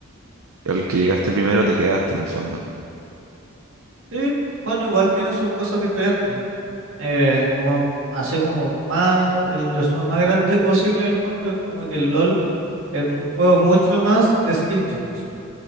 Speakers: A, on the right; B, on the right.
A: el que llegaste primero te quedaste en el fondo.
B: Sí, bueno, igual tiene sus cosas diferentes. Eh, como, así como más, el resumen más grande <laughs> posible del mundo es como que el LOL es un juego mucho más de skill shots,